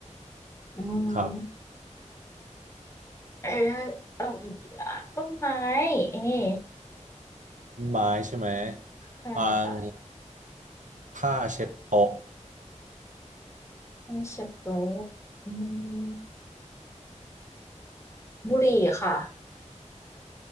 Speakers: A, on the left (about 20°); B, on the right (about 80°).
A: อืม
B: ครับ
A: เออเอาอีกละต้นไม้นี่
B: ต้นไม้ใช่ไหม
A: ใช่ค่ะ
B: อ่างผ้าเช็ดโต๊ะ
A: Friendship group อืมบุหรี่ค่ะ